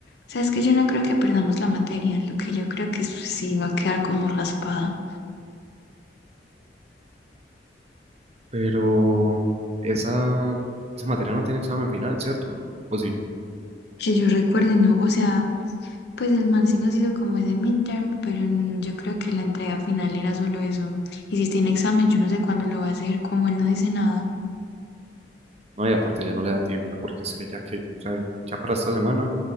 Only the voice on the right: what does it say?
pero esa, esa materia no tiene examen final, ¿cierto? O sí.
No, y aparte ya no le da tiempo, porque es que ya que, o sea, ya para esta semana